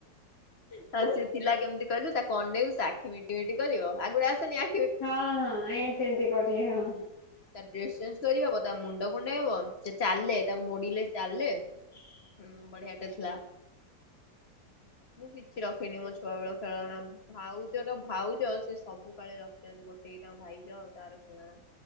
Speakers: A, on the left; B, on the left.
A: ତାପରେ ସେ
B: ହୁଁ ହଁ
A: ଥିଲା କେମତି କହିଲୁ, ତାକୁ ଅନେଇଲୁ ସେ ଆ ଖି ମିଟି ମିିଟି କରିବ ଆଗୁରୁ ଆସେନି ଆ
B: ହଁ ହଁ ଏମିତି ଏମିତି କରିବେ ହଁ।
A: ହୁଁ ତା ଡ୍ରେସ୍ ଚେଞ୍ଜ୍ କରିହବ ତା ମୁଣ୍ଡ କୁଣ୍ଡେଇ ହବ ସେ ଚାଲେ ତାକୁ ମୋଡିଲେ ଚାଲେ।
B: ହ <unintelligible>
A: ହୁଁ ବଢିଆ ଟେ ଥିଲା। ମୁଁ କିଛିି ରଖିନି ମୋ ଛୁଆବେଳ ଖେଳଣା। ଭାଉଜର ଭାଉଜ ସେ ସବୁ କାଳେ ରଖିଛନ୍ତି ଗୋଟେଇକି ତାଙ୍କ ଭାଇର ଆଉ ତାର ଖେଳନା।